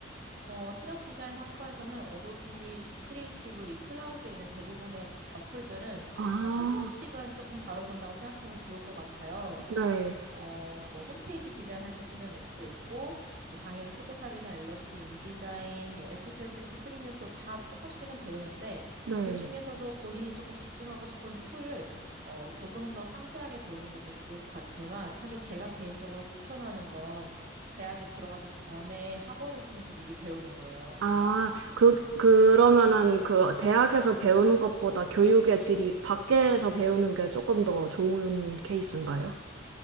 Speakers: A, on the right; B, on the right.
A: 어, 시각 디자인 학과에서는 어도비 크리에이티브 이 클라우드에 있는 대부분의 어플들은
B: 아,
A: 어, 한 번씩은 조금 다뤄본다고 생각하면 좋을 것 같아요.
B: 네.
A: 어, 뭐 홈페이지 디자인할 때 쓰는 앱도 있고 뭐 당연히 포토샵이나 일러스트, 인디자인, 뭐 애프터 이펙트, 프리미어 프로 다 조금씩은 배우는데
B: 네.
A: 그중에서도 본인이 조금 집중하고 싶은 툴을 어, 조금 더 상세하게 배우는 것도 좋을 것 같지만 사실 제가 개인적으로 추천하는 건 대학에 들어가기 전에 학원을 통해서 미리 배우는 거예요.
B: 아, 그, 그러면은 그 대학에서 배우는 것보다 교육의 질이 밖에서 배우는 게 조금 더 좋은 케이스인가요?